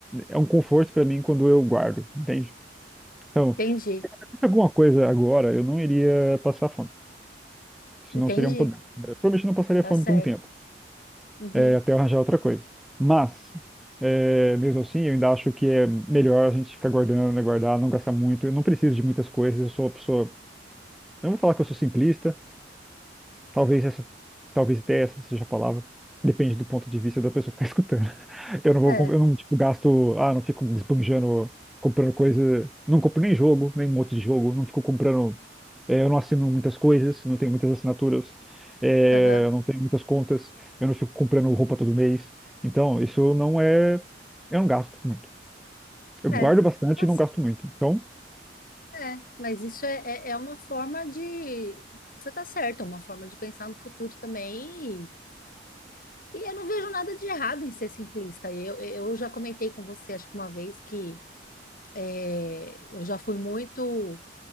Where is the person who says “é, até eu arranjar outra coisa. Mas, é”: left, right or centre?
Centre